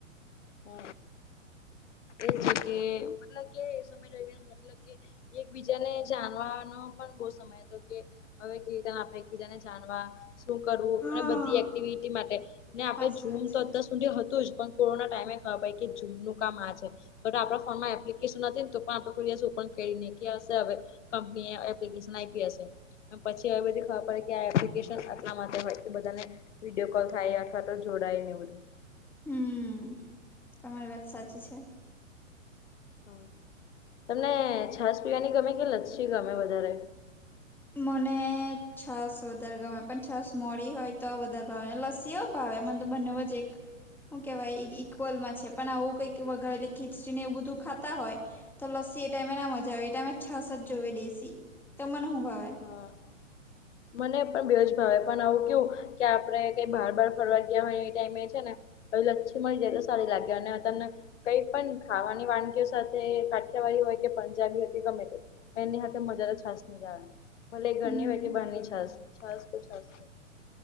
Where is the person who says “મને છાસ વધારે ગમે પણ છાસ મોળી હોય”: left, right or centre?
Centre